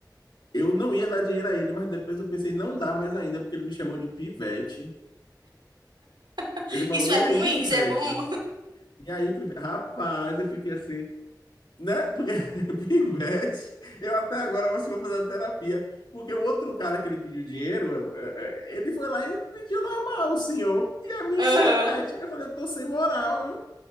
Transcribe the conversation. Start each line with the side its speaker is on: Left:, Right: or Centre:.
Left: Eu não ia dar dinheiro a ele, mas depois eu pensei, não dá mais ainda, porque ele me chamou de pivete.
Right: <laughs>
Left: Ele falou,
Right: Isso é
Left: e
Right: ruim?
Left: aí, pivete?
Right: Isso é bom?
Left: E aí, pivete? Rapaz, eu fiquei assim, Né? Porque <laughs> Pivete, eu até agora acho que vou fazer a terapia. Porque o outro cara que ele pediu dinheiro, é, é, ele foi lá e pediu normal, o senhor. E a mim,
Right: Aham.
Left: Pivete. Eu falei, eu tô sem moral, viu?